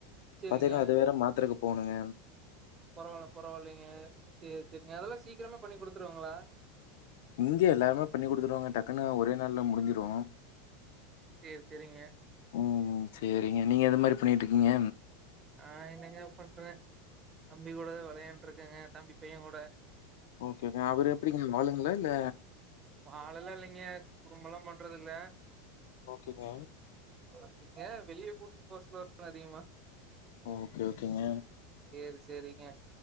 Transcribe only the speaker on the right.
சேரிங்க.
பரவால்ல பரவால்லைங்க சேரி சேரிங்க அதெல்லா சீக்ரமே பண்ணி குடுத்துருவாங்களா
சேரி செரிங்க
நா என்னங்க பண்றே தம்பி கூடதா வெளயாண்ட்ருக்கங்க தம்பி பையங்கூட
வாலெல்லா இல்லிங்க குறும்பல்லா பண்றது இல்ல
<unintelligible> வெளிய கூட்டிட் போ சொல்லுவாருங்க அதிகமா
சேரி சேரிங்க